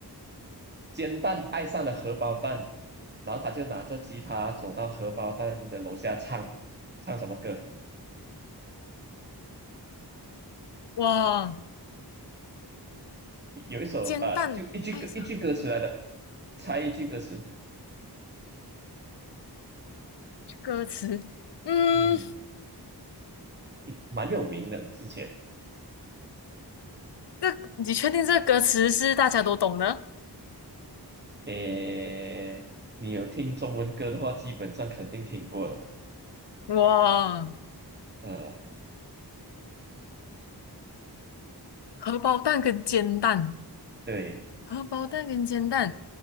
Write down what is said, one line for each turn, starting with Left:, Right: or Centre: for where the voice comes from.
Right: 煎蛋爱上了荷包蛋，然后他就拿着吉他走到荷包蛋的楼下唱，唱什么歌？
Left: 哇，
Right: 有一首呃，
Left: 煎蛋爱上
Right: 就一句歌一句歌词来的，猜一句歌词，
Left: 歌词，嗯，
Right: 嗯，蛮有名的，之前
Left: 这你确定这个歌词是大家都懂的？
Right: 诶，你有听中文歌的话，基本上肯定听过了。
Left: 哇，
Right: 呃，
Left: 荷包蛋跟煎蛋，
Right: 对，
Left: 荷包蛋跟煎蛋，